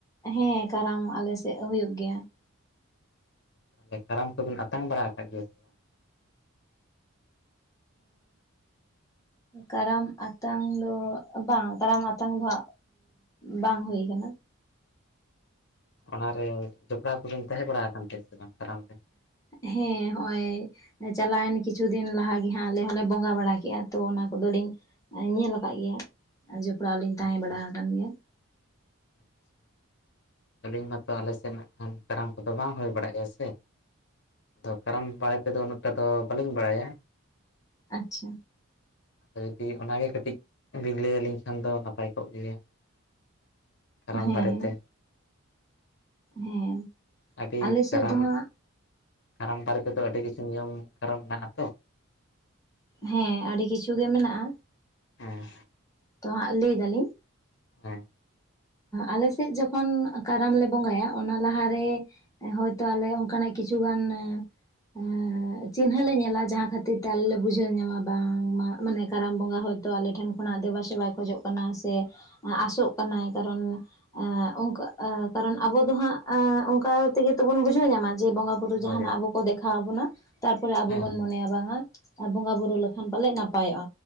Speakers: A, on the left; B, on the left.
A: ᱦᱮᱸ, ᱠᱟᱨᱟᱢ ᱟᱞᱮ ᱥᱮᱫ ᱫᱚ ᱦᱩᱭᱩᱜ ᱜᱮᱭᱟ ᱾
B: ᱛᱟᱦᱚᱞᱮ ᱠᱟᱨᱟᱢ ᱠᱚᱵᱮᱱ ᱟᱛᱟᱝ ᱵᱟᱲᱟ ᱟᱠᱟᱫ ᱜᱮᱭᱟ ᱥᱮ? ᱵᱟᱝ? <unintelligible>
A: ᱠᱟᱨᱟᱢ ᱟᱛᱟᱝ ᱫᱚ ᱵᱟᱝ ᱠᱟᱨᱟᱢ ᱟᱛᱟᱝ ᱫᱚ ᱵᱟᱝ ᱦᱩᱭ ᱟᱠᱟᱱᱟ᱾
B: ᱚᱱᱟᱨᱮ ᱡᱚᱯᱲᱟᱣ ᱠᱚᱵᱤᱱ ᱛᱟᱦᱮᱸ ᱵᱟᱲᱟ ᱟᱠᱟᱱ ᱛᱟᱦᱮᱸᱫ ᱥᱮ ᱵᱟᱝ ᱠᱟᱨᱟᱢ ᱨᱮ
A: ᱦᱮᱸ ᱦᱚᱜ-ᱚᱭ ᱪᱟᱞᱟᱣ ᱮᱱ ᱠᱤᱪᱷᱩ ᱫᱤᱱ ᱞᱟᱦᱟ ᱜᱮ ᱦᱟᱸᱜ ᱟᱞᱮ ᱦᱚᱸᱞᱮ ᱵᱚᱸᱜᱟ ᱵᱟᱲᱟ ᱠᱮᱜᱟ ᱛᱚ ᱚᱱᱟ ᱠᱚᱫᱚᱞᱤᱧ ᱧᱮᱞ ᱟᱠᱟᱫ ᱜᱮᱭᱟ, ᱡᱚᱯᱲᱟᱣ ᱞᱤᱧ ᱛᱟᱦᱮᱸ
B: ᱟᱪᱪᱷᱟ
A: ᱵᱟᱲᱟ ᱟᱠᱟᱱ ᱜᱮᱭᱟ᱾
B: <inaudible> ᱟᱹᱞᱤᱧ ᱢᱟᱛᱚ ᱟᱞᱮ ᱥᱮᱫ ᱱᱟᱜ ᱠᱷᱟᱱ, ᱠᱟᱨᱟᱢ ᱠᱚᱫᱚ ᱵᱟᱝ ᱦᱩᱭ ᱵᱟᱲᱟᱜ ᱜᱮᱭᱟ ᱥᱮ ᱟᱫᱚ ᱠᱟᱨᱟᱢ ᱵᱟᱨᱮ ᱛᱮᱫᱚ ᱩᱱᱟᱹᱜᱴᱟ ᱫᱚ ᱵᱟᱹᱞᱤᱧ ᱵᱟᱲᱟᱭᱟ᱾
A: ᱟᱪᱪᱷᱟ
B: ᱟ ᱡᱩᱫᱤ ᱚᱱᱟᱜᱮ ᱠᱟᱹᱴᱤᱡ ᱵᱤᱱ ᱞᱟᱹ ᱟᱹᱞᱤᱧ ᱠᱷᱟᱱ ᱫᱚ ᱱᱟᱯᱟᱭ ᱠᱚᱜ ᱜᱮᱭᱟ᱾ ᱠᱟᱨᱟᱢ
A: ᱦᱮᱸ
B: ᱵᱟᱨᱮᱛᱮ?
A: ᱦᱮᱸ
B: ᱟᱹᱰᱤ
A: ᱟᱞᱮ ᱥᱮᱫ
B: ᱠᱟᱨᱟᱢ
A: ᱫᱚ ᱦᱟᱸᱜ
B: ᱠᱟᱨᱟᱢ ᱵᱟᱨᱮ ᱠᱚᱫᱚ ᱟᱹᱰᱤ ᱠᱤᱪᱷᱩ ᱱᱤᱭᱚᱢ ᱠᱟᱨᱚᱱ ᱢᱮᱱᱟᱜ-ᱟ ᱛᱚ᱾
A: ᱦᱮᱸ ᱟᱹᱰᱤ ᱠᱤᱪᱷᱩ ᱜᱮ ᱢᱮᱱᱟᱜ-ᱟ᱾
B: ᱦᱮᱸ
A: ᱛᱚ ᱦᱟᱸᱜ ᱞᱮᱭ ᱫᱟᱹᱞᱤᱧ᱾
B: ᱦᱮᱸ
A: ᱟᱞᱮᱥᱮᱫ ᱡᱚᱠᱷᱚᱱ ᱠᱟᱨᱟᱢ ᱞᱮ ᱵᱚᱸᱜᱟᱭᱟ ᱚᱱᱟ ᱞᱟᱦᱟᱨᱮ ᱦᱚᱭᱛᱚ ᱟᱞᱮ ᱚᱱᱠᱟᱱᱟᱜ ᱠᱤᱪᱷᱩ ᱜᱟᱱ ᱮᱸᱻ ᱪᱤᱱᱦᱟᱹ ᱞᱮ ᱧᱮᱞᱟ ᱡᱟᱦᱟᱸ ᱠᱷᱟᱹᱛᱤᱨ ᱛᱮ, ᱟᱞᱮᱞᱮ ᱞᱮ ᱵᱩᱡᱷᱟᱹᱣ ᱧᱟᱢᱟ ᱵᱟᱝᱢᱟ᱾ ᱢᱟᱱᱮ ᱠᱟᱨᱟᱢ ᱵᱚᱸᱜᱟ ᱦᱚᱭᱛᱳ ᱟᱞᱮ ᱴᱷᱮᱱ ᱠᱷᱚᱱᱟᱜ ᱫᱮᱵᱟ ᱥᱮᱵᱟᱭ ᱠᱷᱚᱡᱚᱜ ᱠᱟᱱᱟ ᱥᱮ ᱟᱥᱚᱜ ᱠᱟᱱᱟᱭ ᱠᱟᱨᱚᱱ ᱟᱸᱻ ᱚᱱᱠᱟ ᱠᱟᱨᱚᱱ ᱟᱵᱳ ᱫᱚ ᱦᱟᱸᱜ ᱚᱱᱠᱟ ᱛᱮᱜᱮ ᱛᱵᱚᱱ ᱵᱩᱡᱷᱟᱹᱣ ᱧᱟᱢᱟ ᱡᱮ ᱵᱚᱸᱜᱟ ᱵᱩᱨᱩ ᱡᱟᱸᱦᱟᱱᱟᱜ
B: ᱦᱳᱭ
A: ᱟᱵᱚ ᱠᱚ ᱫᱮᱠᱷᱟᱣ ᱟᱵᱚᱱᱟ, ᱛᱟᱨᱯᱚᱨᱮ ᱟᱵᱚ
B: ᱦᱮᱸ
A: ᱵᱚᱱ ᱢᱚᱱᱮᱭᱟ ᱵᱟᱝᱟ ᱟᱨ ᱵᱚᱸᱜᱟ ᱵᱩᱨᱩ ᱞᱮᱠᱷᱟᱱ ᱯᱟᱞᱮ ᱱᱟᱯᱟᱭᱚᱜᱼᱟ᱾